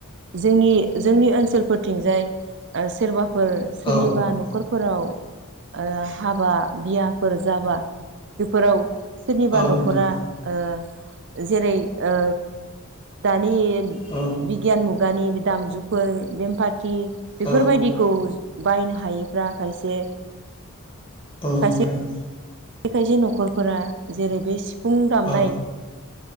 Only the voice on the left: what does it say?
औ
औ
नोंथां
औ
औ
औ
नोंथां।
औ